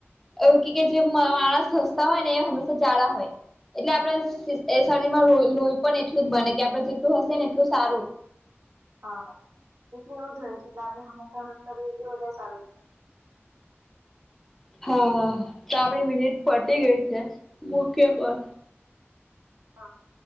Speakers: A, in the centre; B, on the right.
A: એવું કેજે માણસ હસ્તા હોય નેએ હંમેશા જાળા હોય એટલે આપણે એ શરીરમાં લોહી લોહી પણ એટલું જ બને કે આપડે જેટલું હશે ને એટલું સારું,
B: હા, હા એટલે એવું જ હોય છે, આપણે હંમેશા હસતા રહીએ એ <unintelligible> સારું છે.
A: હાતો આપડી મિનિટ પટી ગઈ છે, મુકીએ ફોન
B: હા